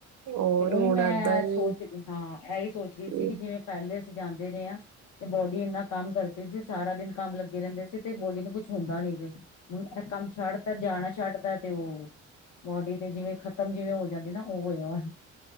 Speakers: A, on the right (about 75°); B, on the left (about 80°).
A: ਔਰ
B: ਤੇ ਉਹੀ
A: ਹੁਣ
B: ਮੈਂ
A: ਏਦਾਂ
B: ਸੋਚ
A: ਵੀ
B: ਰਹੀ ਹਾਂ ਇਹੀ ਸੋਚ ਰਹੀ
A: ਇਹ
B: ਪਹਿਲੇ ਅਸੀਂ ਜਾਂਦੇ ਰਹੇ ਹਾਂ ਤੇ ਬੋਡੀ ਇੰਨਾ ਕੰਮ ਕਰਦੀ ਸੀ ਸਾਰਾ ਦਿਨ ਕੰਮ ਲੱਗੇ ਰਹਿੰਦੇ ਸੀ ਤੇ ਬੋਡੀ ਨੂੰ ਕੁਛ ਹੁੰਦਾ ਨੀ ਸੀ ਹੁਣ ਇਹ ਕੰਮ ਛੱਡ ਤੇ ਜਾਣਾ ਛੱਡਤਾਂ ਤੇ ਉਹ ਬੋਡੀ ਤੇ ਜਿਵੇਂ ਖਤਮ ਜਿਵੇਂ ਹੋ ਜਾਂਦੀ ਨਾ ਉਹ ਹੋਇਆ ਵਾ